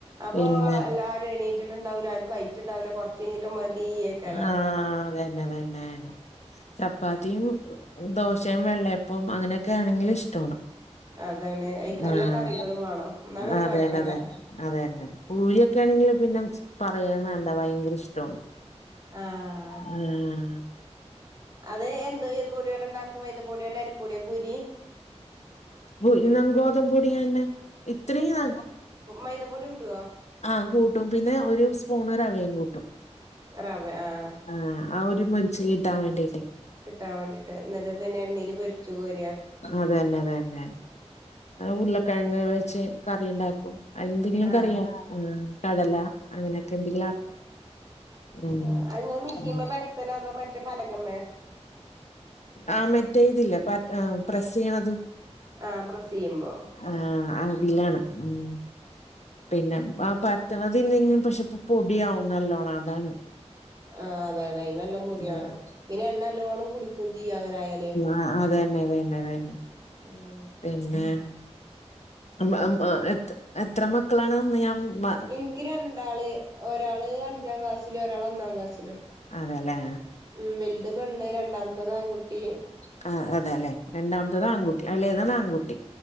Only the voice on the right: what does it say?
അപ്പൊ
എല്ലാരും എണീറ്റിട്ടുണ്ടാവൂല്ല ആർക്കും ഐറ്റുണ്ടാവില്ല കൊറച്ച് കഴിഞ്ഞിട്ട് മതിയേക്കാരം
അതാണ് അയിക്ക് നല്ല
കറികളും വേണം എന്നാ പിന്നെ
കൊഴപ്പല്ല
ആഹ്
അത് എന്ത് ഏത് പൊടിയോണ്ട് ഉണ്ടാക്കും മൈത പൊടിയോണ്ടോ അരിപ്പൊടിയോ പൂരി
മൈതപൊടി കുട്ടുവോ
റവ ആഹ്
കിട്ടാൻ വേണ്ടിട്ട് എന്നിട്ട് പിന്നെ എണ്ണീല് പൊരിച്ചു കോരാ
ആഹ്
ആഹ് അത്ങ്ങള് മിഷീമേ
<unintelligible> മറ്റേ പലകമ്മേ
ആഹ് പ്രസ് എയ്യുമ്പോ
ആഹ് അതാണ് അതിന് നല്ലോണം പൊടി വേണം
പിന്നെ എണ്ണ നല്ലോണ്ണം കുടിക്കും ചെയ്യും അങ്ങനെ ആയാല്
അതെലെ <unintelligible>
ഇൻക്ക് രണ്ടാള് ഒരാള് അഞ്ചാം ക്ലാസ്സിലും ഒരാള് ഒന്നാം ക്ലാസ്സിലും
ഉം വലുത് പേണ്ണ് രണ്ടാമത്തെത് ആൺകുട്ടി